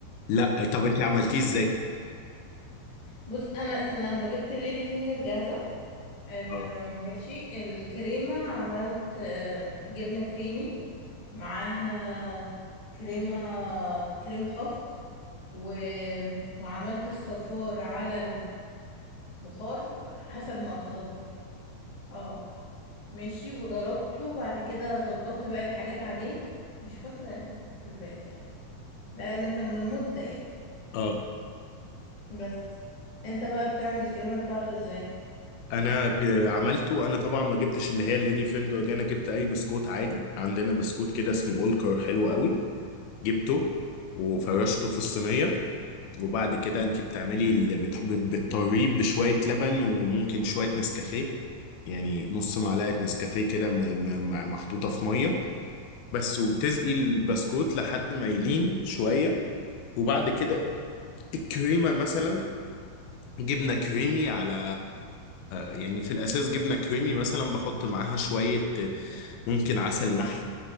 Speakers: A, on the left; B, on the left.
A: لا طب انت عملتيه ازاي
B: بص انا انا أنا جبت الليدي فينجر جاهزه آه
A: اه
B: ماشي الكريمه عملت آه جبنه كريمي معاها كريمه كريمه خفق و... وعملت الصفار على البخار حسب ما اتذكر يعني اه ماشي وضربته بعد كده ظبطت بقى الحاجات عليه مش فاكرة الباقي الصراحة لأنه كان من مدة يعني
A: اه
B: بس انت بقى بتعمل الكريمة بتاعته ازاي
A: انا ج- عملته انا طبعا ما جبتش اللي هي الليدي فينجر دي انا جبت اي بسكوت عادي عندنا بسكوت كده اسمه اولكر حلو قوي جبته وفرشته في الصينيه وبعد كده انت بتعملي اللي بتحبي بتطريه بشويه لبن وممكن شويه نسكافيه يعني نص معلقه نسكافيه كده م- م- م- محطوطه في ميه بس وبتسقي البسكوت لحد ما يلين شويه وبعد كده الكريمه مثلا جبنة كريمي على يعني في الأساس جبنة كريمي مثلا بحط معاها شوية ممكن عسل نحل